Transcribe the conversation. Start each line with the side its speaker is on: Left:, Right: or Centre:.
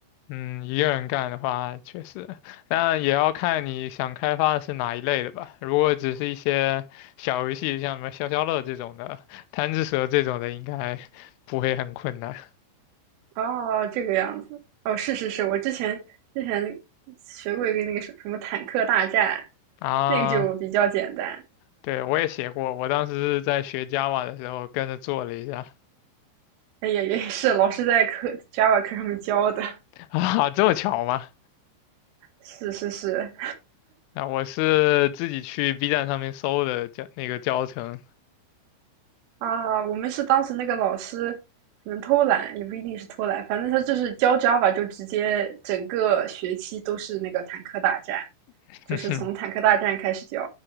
Left: 嗯，一个人干的话确实，但也要看你想开发的是哪一类的吧。如果只是一些小游戏，像什么消消乐这种的、贪吃蛇这种的，应该 <laughs> 不会很困难
Right: <laughs> 哦，这个样子。哦，是是是，我之前之前学过一个那个什什么坦克大战，
Left: 啊。
Right: 那个就比较简单。
Left: 对，我也写过，我当时是在学 Java 的时候跟着做了一下
Right: 哎呀，也也是老师在课 Java 课上面教的。
Left: <laughs> 啊，这么巧吗？
Right: 是是是，
Left: 啊，我是自己去 B 站上面搜的教那个教程。
Right: 啊，我们是当时那个老师可能偷懒，也不一定是偷懒，反正他就是教 Java 就直接整个学期都是那个坦克大战，
Left: <laughs>
Right: 就是从坦克大战开始教